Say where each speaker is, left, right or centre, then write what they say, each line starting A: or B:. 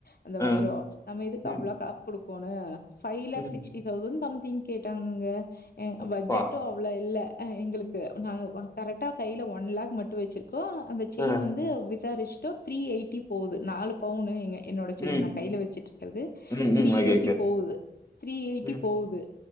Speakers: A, on the left; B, on the left.
A: அந்த வைரோ
B: ஆ.
A: நம்ம எதுக்கு
B: ம்.
A: அவ்ளோ காசு குடுக்கோனு ஃபைவ் லாக்
B: ம்.
A: சிக்ஸ்டி தெளசண் சம்திங் கேட்டாங்க எங்
B: அப்பா!
A: பட்ஜெட்டு அவ்ளோ இல்ல அ எங்களுக்கு நாங்க வங் கரெக்டா கையில ஒன் லாக் மட்டு வச்சிருக்கோ அந்த செயின்
B: ஆ.
A: வந்து விசாரிச் டோ த்ரீ எயிட்டி போகுது நாலு பவுனு எங்க என்னோட செயின்
B: ம்.
A: நா கைல வச்சிட்ருக்கறது
B: ம், ம்.
A: Three
B: okay,
A: eighty
B: okay.
A: போகுது த்ரீ எயிட்டி
B: ம்.
A: போகுது